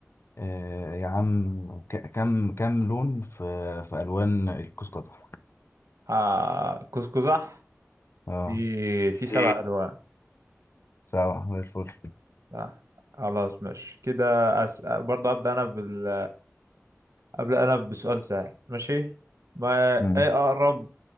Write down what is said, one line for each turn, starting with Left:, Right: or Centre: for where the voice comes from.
Left: آه يا عم ك- كم كم لون في في ألوان الكوس قزح
Right: آه كوسكوزح
Left: اه
Right: في في سبع
Left: إيه.
Right: الوان
Left: سبعة زي الفل
Right: صح خلاص ماشي كده أس... برضه ابدا انا بال... ابدا انا بسؤال سهل ماشي ما
Left: ماشي
Right: ايه اقرب